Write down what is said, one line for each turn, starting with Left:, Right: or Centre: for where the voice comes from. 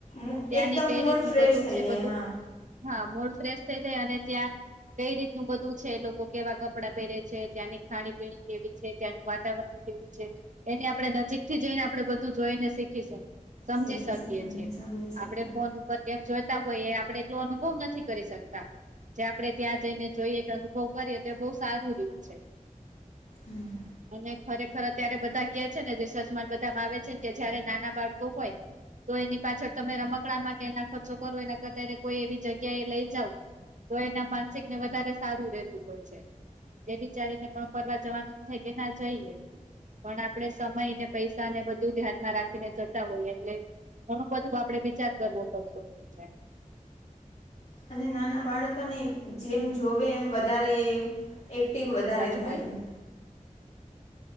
Left: મુ-
Right: ત્યાંની
Left: એકદમ
Right: કઈ
Left: મૂડ
Right: રીતનું
Left: ફ્રેશ
Right: બધું
Left: થઈ
Right: છે
Left: જાય
Right: બધું
Left: હા
Right: હા મૂડ ફ્રેશ થઈ જાય અને ત્યાં કઈ રીતનું બધું છે લોકો કેવા કપડાં પહેરે છે ત્યાંની ખાણી પીણી કેવી છે ત્યાંનું વાતાવરણ વું છે એને આપણે નજીક થી જઈને આપણે બધું જોઈને શીખી છે સમજી
Left: શીખી
Right: શકીએ છીએ
Left: સમજી શકીએ
Right: આપડે ફોન કેમ જોઈતા હોય એ આપણેે એટલો અનુભવ નથી કરી શકતા જે આપણે ત્યાં જઈને જોઈએ અનુભવ કરીએ તો એ બહુ સારું રીત છે
Left: હમ્મ
Right: અને ખરેખર ત્યારે બધા કે છે ને જે સજમાન બધામાં આવે છે ને કે જયારે નાના બાળકો હોય તો એની પાછળ તમે રમકડામાં કે એના ખર્ચો કરો એના કરતાને કોઈ એવી જગ્યા એ લઈ જાવ તો એના માનસિકને વધારે સારું રહેતું હોય છે એ વિચારીને પણ ફરવા જવાનું ન થાય કે ના જઈએ પણ આપણે સમય ને પૈસાને બધું ધ્યાનમાં રાખીને જતા હોઈએ એટલે ઘણું બધું આપડે વિચાર કરવો પડતું હોય છે
Left: અને નાના બાળકોને જેમ જોવે એમ વધારે એક્ટિંગ વધારે
Right: સાચું
Left: થાય
Right: કહ્યું
Left: એમ
Right: ને